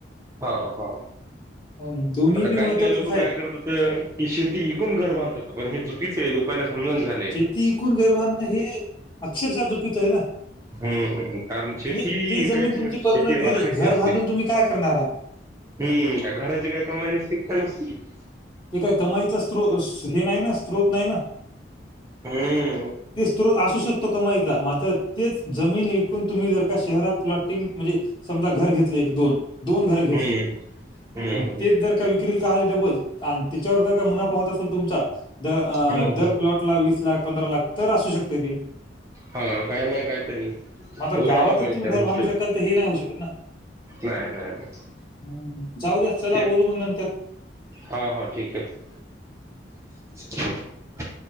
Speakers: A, on the right; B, on the left.
A: हा हा
B: हो ना दोन्ही
A: आता
B: बी
A: काय
B: महत्वाचंच
A: काय लोक
B: आहे
A: काय करत होते. की शेती इकून घर बांधतत पण हे चुकीचं आहे, लोकायला समजून झालंय.
B: ति विकून घरबांधणं हे अक्षरशः चुकीचं आहे ना.
A: हम्म कारण शेती
B: म्हणजे ती
A: इकायची
B: जमीन तुमची
A: नसते
B: परमनंट
A: शेती
B: गेली
A: राखायची
B: घर
A: असते‌.
B: बांधून तुम्ही काय करणार आहात
A: ह का घराचे काय कमा <unintelligible>
B: ते काय कमाईचा स्त्रोत हे नाही ना स्त्रोत नाही ना.
A: हम्म!
B: ते स्त्रोत असू शकतो कमाईचा, मात्र तेच जमीन विकून तुम्ही जर का शहरात प्लॉटिंग म्हणजे, समजा घर घेतलं एक दोन दोन घर घेतली
A: हम्म हम्म
B: आणि तेच जर विक्र चाले डबल आन त्याच्यावर जर का मुनाफा होत असेल तुमचा द अ
A: हम्म
B: दर प्लॉट वीस लाख, पंधरा लाख तर असू शकते ते.
A: हा काय नाही कायतरी
B: मात्र
A: उरायला
B: गावातच
A: पाहिजे
B: तुम्ही
A: त्या
B: घर
A: गोष्टीवर
B: बांधू शकाल तर हे नाही होऊ शकत ना.
A: नाही नाही नाही
B: ह जाऊ द्या चला
A: ते
B: बोलू मग नंतर.
A: हा हा ठीक आहे. <inaudible>